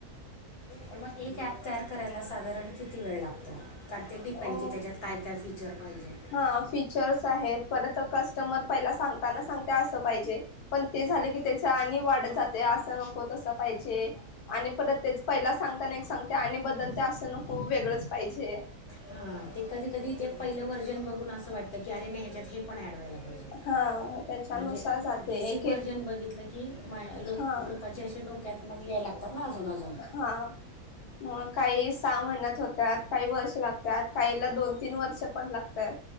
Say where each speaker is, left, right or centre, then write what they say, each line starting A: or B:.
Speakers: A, on the left (about 45°); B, on the left (about 75°).
A: पण मग एक ऍप तयार करायला साधारण किती वेळ लागतो कार ते डिपेंड
B: अ
A: की त्याच्यात काय काय फीचर पाहिजे
B: हा फीचर्स आहेत परत कस्टमर पहिला सांगताना सांगतेय आस पाहिजे पण ते झालं की त्याचा आणि वाढ अस नको तस पाहिजे आणि परत ते पहिला सांगताना सांगते आणि बदल खूप वेगळंच पाहिजे
A: हा ते कधी कधी ते पहिलं व्हर्जन बघून असं वाटतं की अरे न ह्याच्यात हे पण ऍडवा्हाय लागत
B: हा मग त्याच्यानुसार
A: म्हणजे
B: जाते
A: बेसिक
B: एक
A: व्हर्जन
B: एक
A: बघितलं की माय लोक
B: हा
A: लोकाचे असे डोक्यात मग याय लागतात ना अजून अजून
B: हा मग काही सहा महिन्यात होत्यात काही वर्ष लागत्यात काहीला दोन तीन वर्ष पण लागत्यात